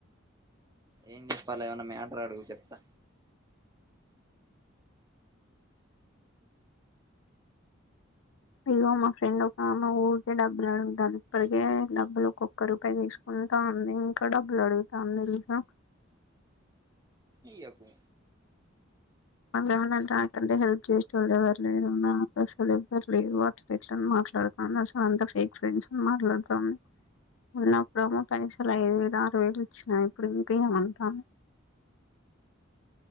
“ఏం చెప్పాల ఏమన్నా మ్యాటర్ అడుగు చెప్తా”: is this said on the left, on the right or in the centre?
Right